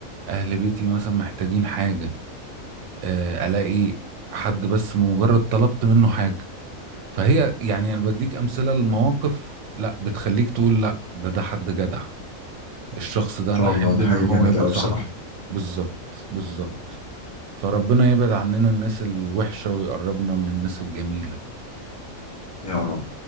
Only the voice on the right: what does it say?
اهل بيتي مثلا محتاجين حاجة آه، الاقي حد بس مجرد طلبت منه حاجة فهي يعني انا بديك امثلة لمواقف لا بتخليك تقول لا ده ده حد جدع الشخص ده انا
احب
ان
هو
يبقى
صاحبي
بالظبط بالظبط فربنا يبعد عننا الناس الوحشة ويقربنا من الناس الجميلة